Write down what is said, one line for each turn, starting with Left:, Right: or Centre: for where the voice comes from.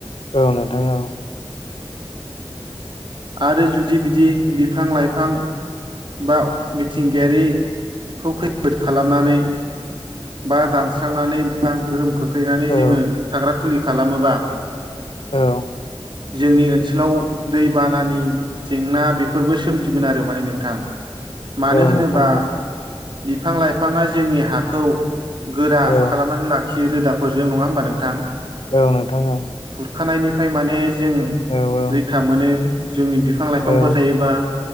Left: औ नोंथां औ
Right: आरो जुदि बिदि बिफां-लाइफां बा मिथिंगायारिखौ खैफोद खालामनानै बा दानस्रांनानै बा गोहोम खोख्लैनानै
Left: औ
Right: जोङो थाग्रा खुलि खालामोबा
Left: औ
Right: जोंनि ओनसोलाव दैबानानि जेंना बे फोरबो सोमजिगोन आरो माने नोंथां मानो
Left: औ
Right: होनोबा
Left: नोंथां औ
Right: बिफां-लाइफाङा जोंनि हाखौ गोरा
Left: औ
Right: खालामनानै लाखि खियो रोदाफोरजों नङा होमबा नोंथां
Left: औ नोंथां ओं।
Right: खानायनिफाय माने जों
Left: औ
Right: रैखा मोनो। जोंनि बि फां-लाइफांफोर
Left: औ औ
Right: थायोबा